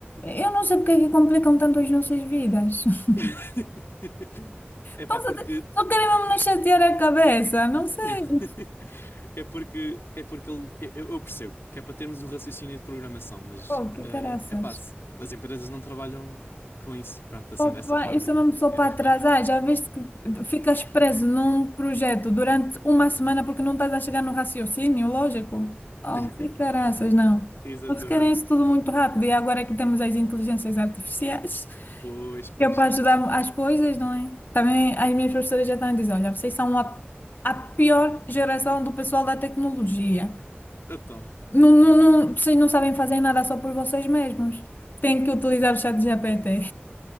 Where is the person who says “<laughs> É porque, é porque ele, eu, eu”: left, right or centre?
Left